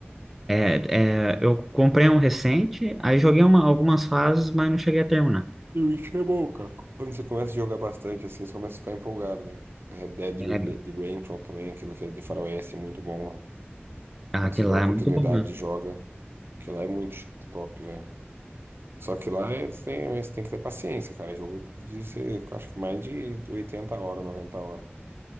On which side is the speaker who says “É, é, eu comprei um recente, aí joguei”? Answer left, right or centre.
Centre